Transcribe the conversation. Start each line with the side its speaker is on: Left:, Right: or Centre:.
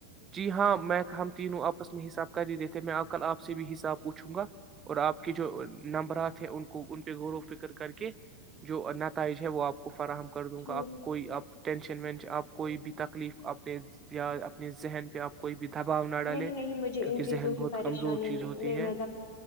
Right: جی ہاں میں ہم تینوں آپس میں حساب کر ہی دیتےے میں کل آپ سے بھی حساب پوچھوں گا اور آپ کے جو نمبرات ہیں ان کو ان پہ غور و فکر کر کے جو نتائج ہے وہ آپ کو فراہم کر دوں
Left: ٹھیک
Right: گا آپ کوئی آپ ٹینشن وینشن آپ کوئی بھی تکلیف اپنے یا اپنے ذہن پہ آپ کوئی دباؤ نہ ڈالے
Left: نہیں نہیں مجھے
Right: کیوںک
Left: ان چیزوں
Right: ذہن
Left: کی
Right: بہت
Left: پریشانی
Right: کمزور چیز
Left: نہیں
Right: ہوتی ہے
Left: میں